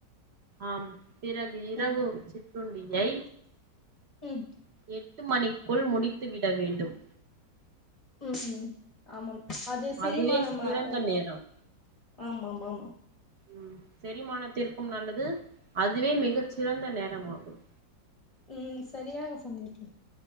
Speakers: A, on the right (about 50°); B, on the left (about 35°).
A: ஆம் பிறகு இரவு
B: ம்
A: சிற்றுண்டியை
B: ம்
A: எட்டு மணிக்குள் முடித்துவிட வேண்டும்
B: ம் ஆமாம் அது செரிமானமாக
A: அதுவே சிறந்த நேரம்
B: ஆமாம் ஆமாம்
A: ம் செரிமானத்திற்கும் நல்லது அதுவே மிக சிறந்த நேரமாகும்
B: ம் சரியாக சொன்னீர்கள்